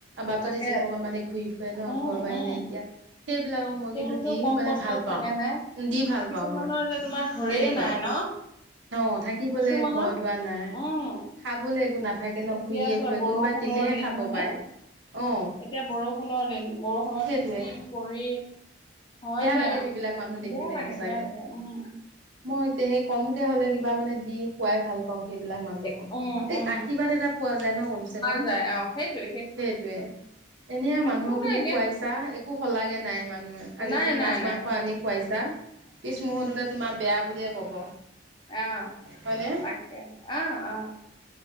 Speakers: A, on the right (about 75°); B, on the left (about 25°).
A: বাততে
B: তাকে,
A: যিসকল মানে ঘূৰি ফুৰে ন
B: উম,
A: ঘৰ বাই
B: উম,
A: নাইকিয়া। সেইবিলাকক মই
B: তেওঁলোকেও
A: কিন্তু দি
B: কম
A: মানে
B: কষ্টত
A: ভাল পাওঁ
B: থাকে নে
A: দি ভাল
B: কিছুমানৰ
A: পাওঁ মই
B: যে তোমাৰ ঘৰেই
A: তেনেকুৱা
B: নাই ন।
A: অ থাকিবলৈ
B: কিছুমানৰ,
A: ঘৰ দুৱাৰ নাই,
B: উম,
A: খাবলৈ একো নাথাকে ন ঘূৰিয়ে
B: এতিয়া চোৱা
A: ফুৰে
B: বৰষুণৰ
A: কোনোবাই দিলেহে
B: দিন
A: খাব
B: হয় নে?
A: পায়। অ
B: এতিয়া বৰষুণৰ দিন, বৰষুণত
A: সেইটোৱে।
B: তিতি <inaudible> হয়
A: বেয়া
B: দিয়া,
A: লাগে সেইবিলাক মানুহ দেখিলে
B: বেয়া লাগে,
A: সচাকে
B: বেয়া লাগে, উম,
A: মই এতিয়া সেই কম। তেতিয়া হ'লে কিবা মানে দি। খোৱাই ভাল পাওঁ সেইবিলাক মানুহক
B: এ- উম,
A: এই
B: উম।
A: আশীৰ্বাদ এটা পোৱা যায় ন কমচে
B: পোৱা
A: কম
B: যায় অ সেইটোৱে
A: সেইটোৱে এনে মানুহক
B: একো নাই
A: তুমি
B: দিয়া
A: খোৱাইছা। একো সলাগে নাই। মানুহে আজি
B: নাই
A: তুমি
B: নাই
A: মাছ মাংস
B: নাই
A: আনি খুৱাইছা পিছ মুহৰ্ততে তোমাৰ বেয়া বুলিয়ে ক'ব।
B: আহ
A: হয়নে?
B: তাকে আহ অ